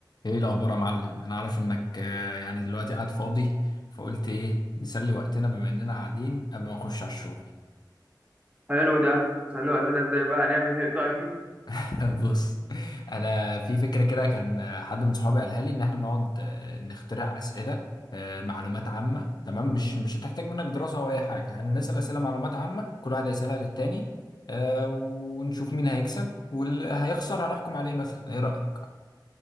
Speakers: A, on the left; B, on the right.
A: ايه الاخبار يا معلم انا عارف انك آه، يعني دلوقتي قاعد فاضي فقلت ايه نسلي وقتنا بما اننا قاعدين قبل ما نخش على الشغل
B: حلو ده سألوه انا ازاي بقى هنعمل ايه طيب
A: <laughs> بص انا في فكره كده كان آه، حد من صحابي قالها لي ان احنا نقعد آه، نخترع اسئله آه، معلومات عامه تمام مش مش هتحتاج منك دراسه او اي حاجه هنسال اسئله معلومات عامه كل واحد هيسالها للتاني آه، ونشوف مين هيكسب واللي هيخسر هنحكم عليه مثلا ايه رايك